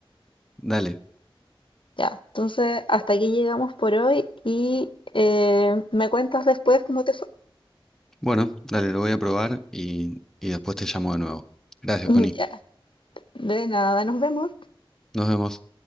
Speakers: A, in the centre; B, on the left.
A: dale.
B: Ya, entonces hasta aquí llegamos por hoy y eh, me cuentas después cómo te fue.
A: Bueno, dale, lo voy a probar y, y después te llamo de nuevo. Gracias,
B: <laughs>
A: Connie.
B: Ya, de nada, nos vemos.
A: Nos vemos.